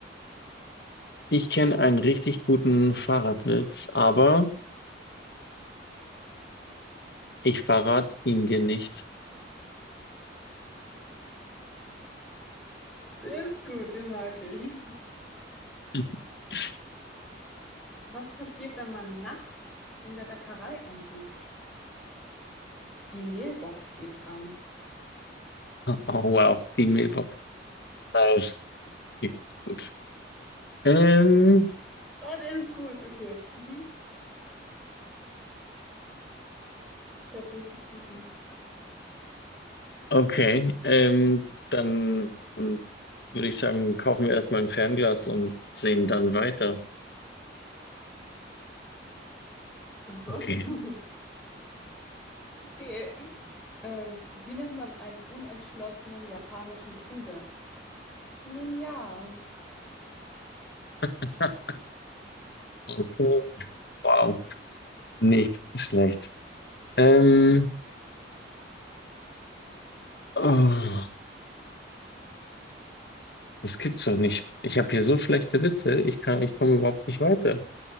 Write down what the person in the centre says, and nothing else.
Der ist gut, den mag ich.
Was passiert, wenn man nachts in der Bäckerei anruft? Die Mehlbox geht dran.
Oh, der ist gut, okay. Mhm. Der hat richtig guten.
Ach so.
<laughs> Okay. Ähm, wie nennt man einen unentschlossenen japanischen Krieger? Nun ja,